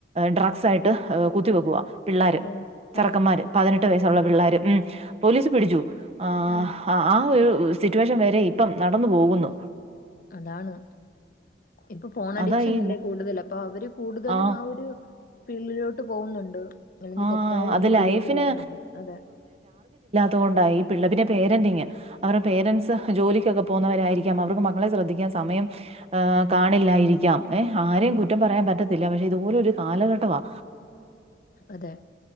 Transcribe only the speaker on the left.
ആഹ്.
ആഹ്.
ആഹ്.
അതാണ്. ഇപ്പൊ ഫോൺ അഡിക്ഷൻ
അല്ലേ കൂടുതൽ അപ്പൊ അവര് കൂടുതലും
ആ ഒരു പിള്ളിലോട്ട് പോവുന്നുണ്ട് അല്ലെങ്കിൽ
തെറ്റായ
രീതിയിലോട്ട്
പോകുന്നുണ്ട് അതെ.
ഉം.
അതെ.